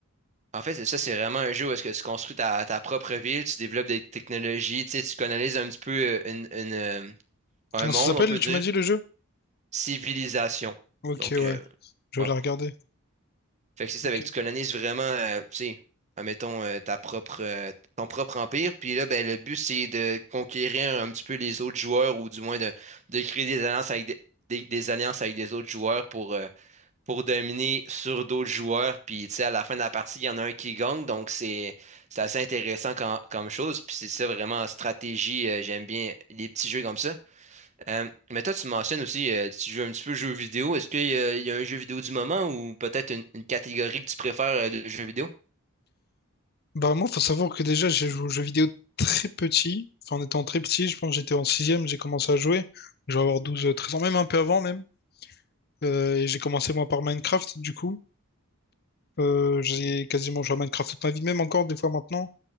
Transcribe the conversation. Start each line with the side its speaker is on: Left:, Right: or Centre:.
Right: En fait, c'est- ça, c'est vraiment un jeu où est-ce que tu construis ta, ta propre ville, tu développes des technologies, tu sais, tu colonises un petit peu euh, une, une, euh, un
Left: Comment
Right: monde,
Left: ça s'appelle,
Right: on peut
Left: tu
Right: dire.
Left: m'as dit le jeu?
Right: Civilisation.
Left: Ok,
Right: Donc,
Left: ouais,
Right: euh,
Left: je
Right: ouais.
Left: vais la regarder.
Right: Fait que c'est ça,
Left: Ok.
Right: fait que tu colonises vraiment, euh, tu sais, admettons, euh, ta propre, euh, ton propre empire. Puis là, ben, le but, c'est de conquérir un petit peu les autres joueurs ou du moins de, de créer des alliances avec des, des- des alliances avec des autres joueurs pour, euh, pour dominer sur d'autres joueurs. Puis, tu sais, à la fin de la partie, il y en a un qui gagne. Donc, c'est c'est assez intéressant quand- comme chose. Puis, c'est ça vraiment en stratégie. euh, j'aime bien les petits jeux comme ça. Euh, mais toi, tu mentionnes aussi, euh, tu joues un petit peu aux jeux vidéo. Est-ce qu'il y a, il y a un jeu vidéo du moment ou peut-être une, une catégorie que tu préfères euh, de jeux vidéo?
Left: Bah moi, faut savoir que déjà, j'ai joué aux jeux vidéo très petit. Enfin, en étant très petit, je pense que j'étais en sixième, j'ai commencé à jouer. Je vais avoir 12 euh, 13 ans, même un peu avant même. Euh, et j'ai commencé moi par Minecraft, du coup. Euh, j'ai quasiment joué à Minecraft toute ma vie, même encore des fois maintenant.